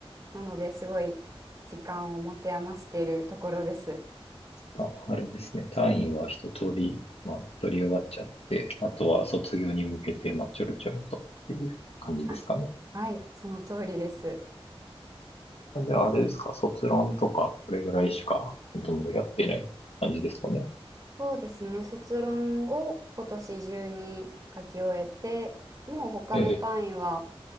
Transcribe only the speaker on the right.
なのですごい時間を持て余しているところです。
あ、はい、その通りです。
そうですね。卒論を今年中に書き終えて、もう他の単位は、